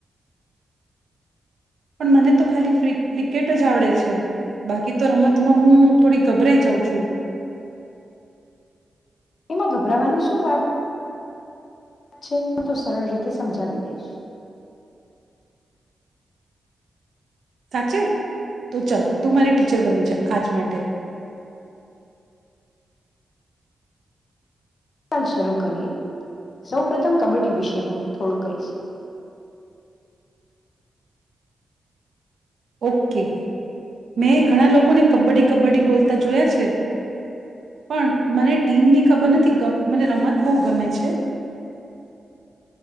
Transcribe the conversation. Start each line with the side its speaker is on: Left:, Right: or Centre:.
Right: પણ મને તો ખાલી ક્રિકેટ જ આવડે છે. બાકી તો રમતમાં હું થોડી ગભરાઈ જાઉં છું.
Left: એમાં ગભરાવાની શું વા ત છે હું તો સરળ રીતે સમજાવી દઈશ.
Right: સાચે તો ચાલ તું મારી ટીચર બની જા આજ માટે.
Left: ચાલ શરૂ કરીએ સૌ પ્રથમ કબડ્ડી વિશે હું થોડું કહીશ.
Right: ઓકે મેં ઘણા લોકોને કબડ્ડી કબડ્ડી બોલતા જોયા છે પણ મને ટીમની ખબર નથી મને રમત બહુ ગમે છે.